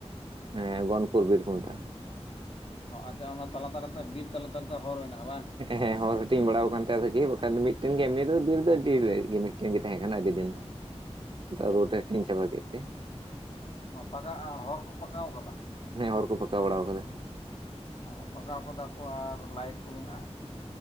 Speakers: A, on the right (about 50°); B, on the left (about 55°).
A: ᱦᱮ ᱜᱚᱱᱯᱩᱨ ᱵᱤᱨ ᱠᱚ ᱢᱮᱛᱟᱜ ᱟ᱾
B: ᱚ ᱟᱪᱪᱷᱟ ᱚᱱᱟ ᱛᱟᱞᱟ ᱛᱟᱞᱟ ᱛᱮ ᱵᱤᱨ ᱛᱟᱞᱟ ᱛᱟᱞᱟ ᱛᱮ ᱦᱚᱲ ᱢᱮᱱᱟᱜ-ᱟ ᱵᱟᱝ?
A: ᱦᱮᱸ ᱦᱚᱲ ᱦᱟᱹᱴᱤᱧ ᱵᱟᱲᱟᱣ ᱠᱟᱱ ᱛᱮ ᱵᱟᱠᱷᱟᱡ ᱢᱤᱫᱴᱤᱱ ᱜᱮ ᱮᱢᱱᱤ ᱛᱮ ᱵᱤᱨ ᱫᱚ ᱟᱹᱰᱤ ᱜᱮ ᱢᱤᱫᱴᱮᱱ ᱜᱮ ᱛᱟᱦᱮᱸ ᱠᱟᱱᱟ ᱟᱹᱰᱤ ᱫᱤᱱ ᱫᱚᱼᱼ
B: ᱚ
A: ᱨᱳᱰ ᱦᱟᱹᱴᱤᱧ ᱪᱟᱵᱟ ᱠᱮᱫ ᱛᱮᱼᱼ
B: ᱚᱯᱟᱠᱟᱜ ᱟ ᱦᱚᱲ ᱠᱚ ᱯᱟᱠᱟᱣ ᱟᱠᱟᱫᱟ᱾
A: ᱱᱮ ᱦᱚᱲ ᱠᱚ ᱯᱟᱠᱟᱣ ᱵᱟᱲᱟᱣ ᱟᱠᱟᱫᱟ᱾
B: ᱚ ᱯᱟᱠᱟᱣ ᱟᱠᱟᱫᱟ ᱠᱩ ᱟᱨ ᱞᱟᱭᱤᱴ ᱠᱚ ᱢᱮᱱᱟᱜᱼᱟ?